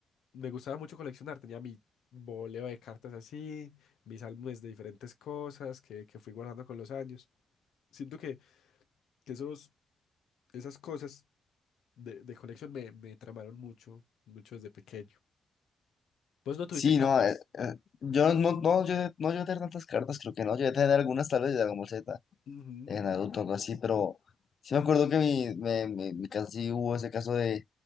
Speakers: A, on the left (about 75°); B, on the left (about 45°).
A: me gustaba mucho coleccionar. Tenía mi boleo de cartas así, mis álbumes de diferentes cosas que, que fui guardando con los años. Siento que, que esos, esas cosas de, de colección me, me tramaron mucho, mucho desde pequeño. ¿Vos no tuviste
B: Sí,
A: cartas?
B: no, eh, eh, yo no, no, yo no llegué a tener tantas cartas, creo que no, llegué a tener algunas tal vez de Dragon Ball Z,
A: Ujú.
B: de Naruto, algo así, pero sí me acuerdo que mi, me, me- me casi hubo ese caso de,